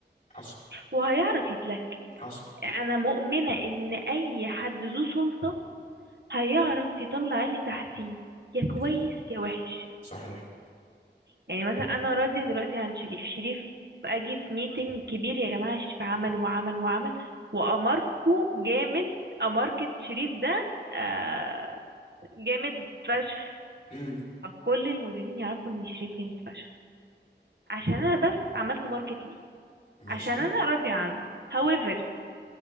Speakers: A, on the left; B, on the right.
A: حصل
B: وهيعرف يتلك
A: حصل
B: انا مؤمنة ان اي حد ذو سلطة هيعرف يطلع اللي تحتيه يا كويس
A: امم
B: يا وحش
A: صحيح
B: يعني مثلا انا راضية دلوقتي عن شريف شريف اجي في ميتنج كبير يا جماعة شريف عمل وعمل وعمل واماركو جامد اماركة شريف ده آه جامد فشخ
A: امم
B: فكل المديرين يعرفوا ان شريف جامد فشخ عشان انا بس عملت ماركت ليه
A: ماشي
B: عشان انا راضية عنه however